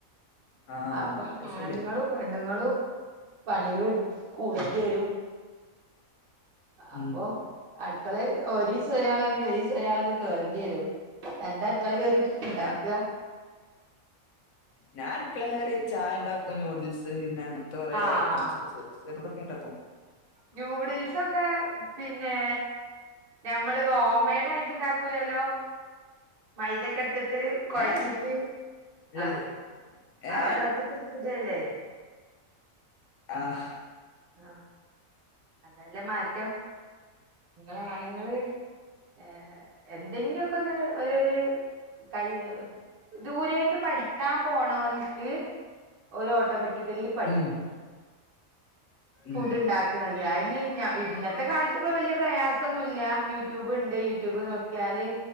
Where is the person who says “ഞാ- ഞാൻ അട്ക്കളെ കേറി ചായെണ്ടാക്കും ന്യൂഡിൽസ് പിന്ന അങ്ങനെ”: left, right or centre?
Left